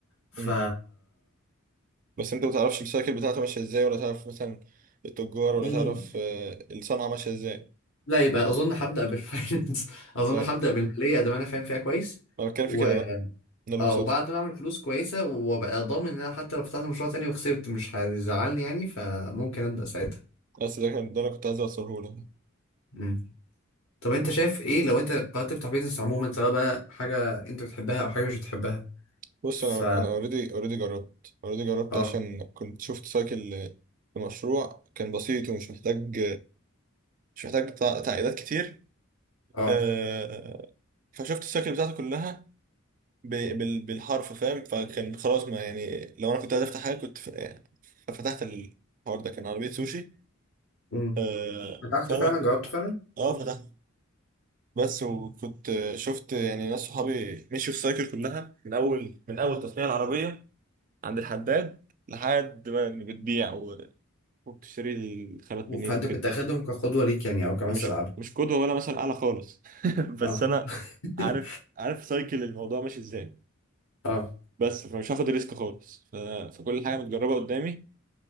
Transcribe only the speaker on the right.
مم. بس انت ما تعرفش السايكل بتاعته ماشية ازاي ولا تعرف مثلا التجار ولا
تعرف آه، الصنعة ماشية ازاي
لا
انا بتكلم
في كده بقى ده اللي
اقصده
بس ده كان ده اللي كنت عايز اوصله لك.
بص
انا انا اوريدي اوريدي جربت اوريدي جربت
عشان كنت شفت سايكل في مشروع كان بسيط ومش محتاج مش محتاج تع- تعقيدات كتير
آه، فشفت السايكل بتاعته كلها ب- بال- بالحرف فاهم فكان خلاص ما يعني لو انا كنت عايز افتح حاجه كنت ف- ففتحت الحوار ده كان عربيه سوشي
آه،
فانا
اه فتحت بس وكنت شفت يعني ناس صحابي مشوا السايكل كلها من اول من اول تصنيع العربيه عند الحداد لحد ما بتبيع و- وبتشتري الخامات منين
وكده
مش
مش قدوة ولا مثل أعلى خالص <laughs> بس
أنا
عارف عارف سايكل الموضوع ماشي إزاي
بس فمش هاخد ريسك خالص ف... فكل حاجة متجربة قدامي